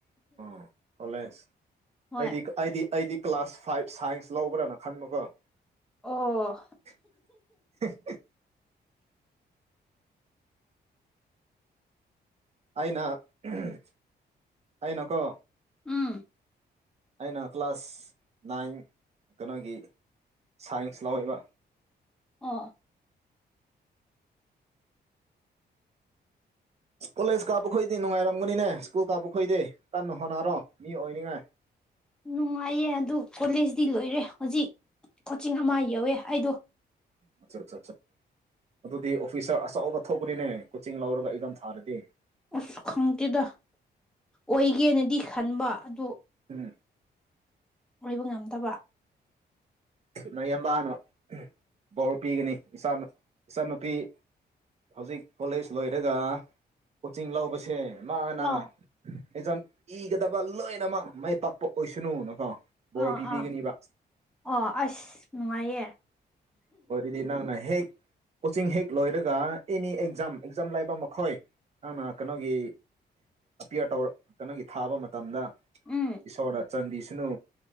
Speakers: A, on the right; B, in the centre.
A: ꯑꯣ ꯀꯂꯦꯖ
B: ꯍꯣꯏ
A: ꯑꯩꯗꯤꯑꯩꯗꯤꯑꯩꯗꯤ__ ꯀ꯭ꯂꯥꯁ ꯐꯥꯏꯚ ꯁꯥꯏꯟꯁ ꯂꯧꯕ꯭ꯔꯥꯅ ꯈꯟꯕꯒꯣ꯫ <unintelligible>
B: ꯑꯣ
A: ꯑꯩꯅ ꯎꯝ ꯑꯩꯅꯀꯣ__
B: ꯎꯝ__
A: ꯑꯩꯅ ꯀ꯭ꯂꯥꯁ ꯅꯥꯏꯟ ꯀꯩꯅꯣꯒꯤ ꯁꯥꯏꯟꯁ ꯂꯧꯥꯎꯋꯦꯕ꯫
B: ꯑꯣ꯫
A: ꯀꯣꯂꯦꯖ ꯀꯥꯞꯄ ꯈꯣꯏꯗꯤ ꯅꯨꯡꯉꯥꯏꯔꯝꯒꯅꯤꯅꯦ ꯁ꯭ꯀꯨꯜ ꯀꯥꯞꯄ ꯈꯣꯏꯗꯤ ꯀꯟꯅ ꯍꯣꯠꯅꯔꯣ ꯃꯤ ꯑꯣꯏꯅꯤꯉꯥꯏ꯫
B: ꯅꯨꯡꯉꯥꯏꯌꯦ ꯑꯗꯨ ꯀꯣꯂꯦꯖꯇꯤ ꯂꯣꯏꯔꯦ ꯍꯧꯖꯤꯛ ꯀꯣꯆꯤꯡ ꯑꯃ ꯌꯧꯋꯦ ꯑꯩꯗꯣ꯫
A: ꯑꯆꯥ ꯑꯆꯥ꯫ ꯑꯗꯨꯗꯤ ꯑꯣꯐꯤꯁꯥꯔ ꯑꯆꯧꯕ ꯊꯣꯛꯄꯅꯤꯅꯦ ꯀꯣꯆꯤꯡ ꯂꯧꯔꯒ ꯏꯗꯝ ꯊꯥꯔꯗꯤ꯫
B: ꯑꯁ ꯈꯪꯗꯦꯗ ꯑꯣꯏꯒꯦꯅꯗꯤ ꯈꯟꯕ ꯑꯗꯣ__
A: ꯎꯝ__
B: ꯑꯣꯏꯕ ꯉꯝꯗꯕ__
A: ꯅꯌꯕꯥꯅ ꯕꯔ ꯄꯤꯒꯅꯤ ꯏꯆꯥ ꯏꯆꯟꯅꯨꯄꯤ꯫ ꯍꯧꯖꯤꯛ ꯀꯣꯂꯦꯖ ꯂꯣꯏꯔꯒ ꯀꯣꯆꯤꯡ ꯂꯧꯕꯁꯦ__ ꯃꯥꯅ
B: ꯑꯥ
A: ꯑꯦꯖꯝ ꯏꯒꯗꯕ ꯂꯣꯏꯅꯃꯛ ꯃꯥꯏ ꯄꯥꯛꯄ ꯑꯣꯏꯁꯅꯨꯅꯀꯣ꯫ ꯕꯣꯔ
B: ꯑꯥ
A: ꯄꯤꯕꯤꯒꯅꯤꯕ꯫
B: ꯑꯥ ꯑꯣ ꯑꯁ ꯅꯨꯡꯉꯥꯏꯌꯦ꯫
A: ꯗꯤ ꯅꯪꯅ ꯍꯦꯛ ꯀꯣꯆꯤꯡ ꯍꯦꯛ ꯂꯣꯏꯔꯒ ꯑꯦꯅꯤ ꯑꯦꯛꯖꯥꯝ ꯑꯦꯛꯖꯥꯝ ꯂꯩꯕ ꯃꯈꯣꯏ__ ꯅꯪꯅ ꯀꯩꯅꯣꯒꯤ ꯑꯄꯤꯌꯥꯔ ꯇꯧꯔ ꯀꯩꯅꯣꯒꯤ ꯊꯥꯕ ꯃꯇꯝꯗ꯫
B: ꯎꯝ
A: ꯏꯁꯣꯔꯗ ꯆꯟꯗꯤꯁꯅꯨ